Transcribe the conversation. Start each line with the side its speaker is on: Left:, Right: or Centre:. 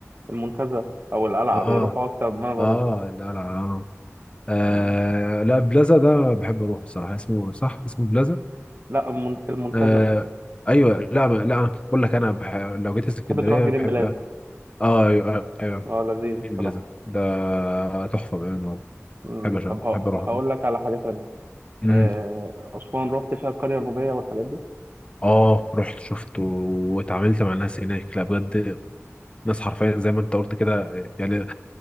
Right: المنتزه او القلعه
Left: اه
Right: بيروحوا اكتر ما انا بروح
Left: اه لا لا آه. آه
Right: م.
Left: لا بلازا ده بحب اروح بصراحه اسمه صح اسمه بلازا
Right: لا المن- المنتزه
Left: آه ايوه لا ما لا بقول لك انا بح... لو جيت اسكندريه
Right: تحب تروح جرين
Left: بحب
Right: بلازا
Left: اه ايوه ايوه
Right: اه لذيذ
Left: بلازا
Right: بصراحه
Left: ده تحفه بامانه والله
Right: م.
Left: بحب
Right: طب
Left: أشوف.
Right: ه-
Left: بحب اروح
Right: هقول
Left: هناك
Right: لك على حاجه تانية
Left: امم
Right: آه، اسوان رحت فيها القريه النوبيه والحاجات دي
Left: اه رحت شفته واتعاملت مع الناس هناك لا بجد ناس حرفيا زي ما انت قلت كده يعني